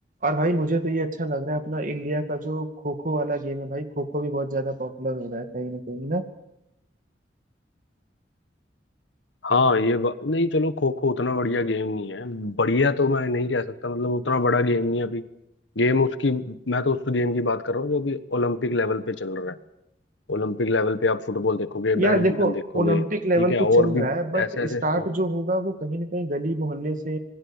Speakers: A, on the right; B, on the left.
A: और भाई मुझे तो ये अच्छा लग रहा है अपना इंडिया का जो खो खो वाला गेम है भाई खो खो भी बहुत ज्यादा पॉपुलर हो रहा है कहीं ना कहीं
B: हाँ ये बा... नहीं चलो खो खो उतना बढ़िया गेम नहीं है बढ़िया तो मैं नहीं कह सकता मतलब उतना बड़ा गेम नहीं है अभी गेम उसकी मैं तो उस गेम की बात कर रहा हूँ जो अभी ओलंपिक लेवल पे चल रहा है ओलंपिक लेवल पे आप फुटबॉल देखोगे बैडमिंटन
A: यार देखो
B: देखोगे
A: ओलंपिक
B: ठीक
A: लेवल
B: है
A: पे
B: और
A: चल
B: भी
A: रहा है बट
B: ऐसे ऐसे
A: स्टार्ट
B: स्पोर्ट
A: जो होगा वो कहीं ना कहीं गली मोहल्ले से